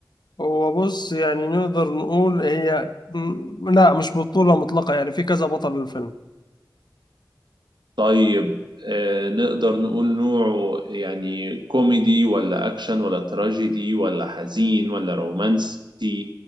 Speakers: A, on the left; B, on the right.
A: هو بص يعني نقدر نقول هي م- لا مش بطولة مطلقة يعني في كذا بطل للفيلم
B: طيب آه نقدر نقول نوعه يعني كوميدي ولا أكشن ولا تراجيدي ولا حزين ولا رومانسي